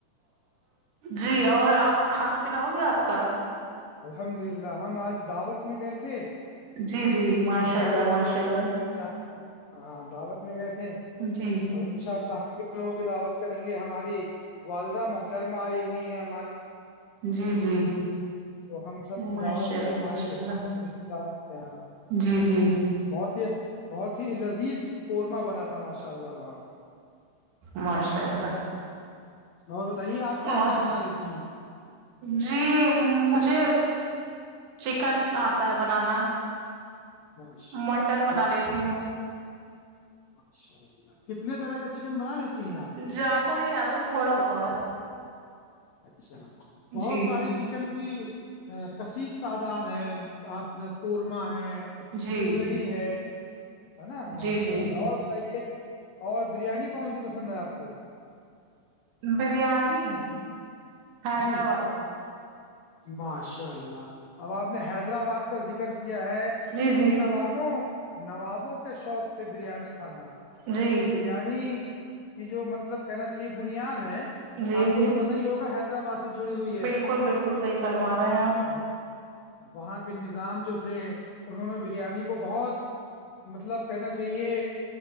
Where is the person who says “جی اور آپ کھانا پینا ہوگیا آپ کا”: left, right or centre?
Right